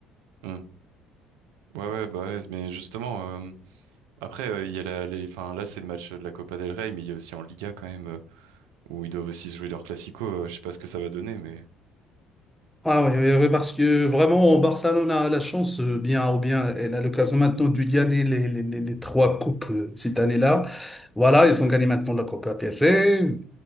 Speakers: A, on the right; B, in the centre.
A: hmm. Ouais, ouais, bah ouais. Mais justement, euh, après, euh, il y a la, les, enfin, là, c'est le match de la Copa del Rey, mais il y a aussi en Liga quand même. euh, Ou ils doivent aussi se jouer leur classico, euh, je sais pas ce que ça va donner, mais...
B: Ah oui, oui, oui, parce que vraiment, Barcelone a la chance, euh, bien ou bien, elle a l'occasion maintenant de gagner les, les, les, les trois coupes euh, cette année-là. Voilà, ils ont gagné maintenant la Copa del Rey